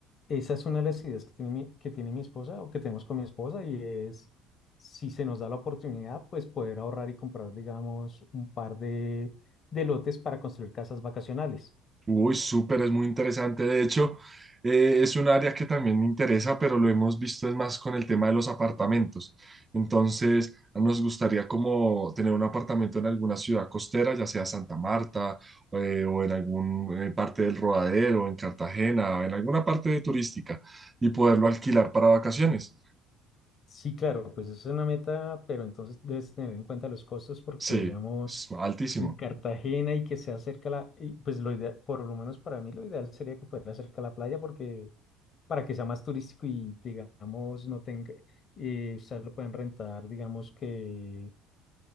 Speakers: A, on the left; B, on the right.
A: esa es una de las ideas que tiene mi, que tiene mi esposa o que tenemos con mi esposa y es, si se nos da la oportunidad, pues poder ahorrar y comprar, digamos, un par de, de lotes para construir casas vacacionales.
B: Uy, súper, es muy interesante. De hecho, eh, es un área que también me interesa, pero lo hemos visto es más con el tema de los apartamentos. Entonces, nos gustaría como tener un apartamento en alguna ciudad costera, ya sea Santa Marta, eh, o en alguna parte del Rodadero, en Cartagena, o en alguna parte turística, y poderlo alquilar para vacaciones.
A: Sí, claro, pues eso es una meta, pero entonces debes tener en cuenta los costos porque,
B: Sí,
A: digamos,
B: es altísimo.
A: en Cartagena y que sea cerca la, y, pues lo ideal, por lo menos para mí lo ideal sería que fuera cerca a la playa porque para que sea más turístico y, digamos, no tenga, eh, ustedes lo pueden rentar, digamos que